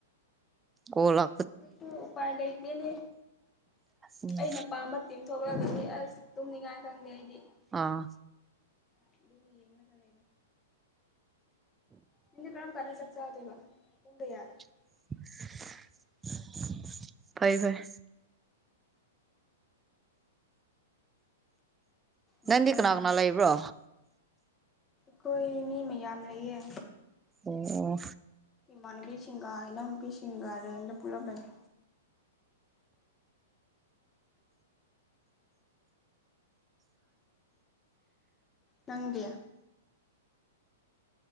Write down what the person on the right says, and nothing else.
ꯑꯣꯂ <unintelligible>
ꯎꯝ
ꯑꯥ
<inaudible> <unintelligible> ꯐꯔꯦ ꯐꯔꯦ
ꯅꯟꯗꯤ ꯀꯅꯥꯒꯅꯥ ꯂꯩꯕ꯭ꯔꯣ
ꯑꯣ